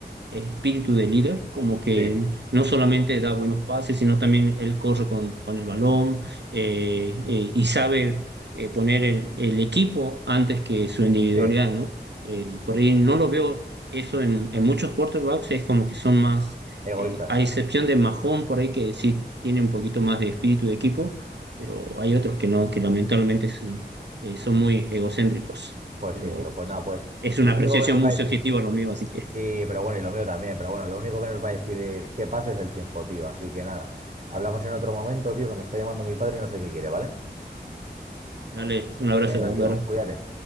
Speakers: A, on the right; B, on the right.
A: espíritu de líder, como que
B: sí,
A: no solamente da buenos pases, sino también él corre con, con el balón eh, eh, y sabe eh, poner el, el equipo antes que su individualidad,
B: sí.
A: ¿no? Eh, y por ahí no lo veo eso en, en muchos quarterbacks, es como que son más,
B: Egoístas.
A: eh, a excepción de Mahón por ahí que sí tiene un poquito más de espíritu de equipo, pero hay otros que no, que lamentablemente sí, eh, son muy egocéntricos,
B: Pues
A: pero
B: sí, tío. Pues nada, pues
A: es una
B: lo
A: apreciación
B: único que nos
A: muy
B: va a decir,
A: subjetiva lo mío, así que...
B: sí, pero bueno, y lo mío también, pero bueno, lo único que nos va a decir es que pasa es el tiempo, tío. Así que nada, hablamos en otro momento, tío, que me está llamando mi padre y no sé qué quiere, ¿vale?
A: Dale, un abrazo,
B: Venga,
A: Álvaro.
B: tío, cuídate.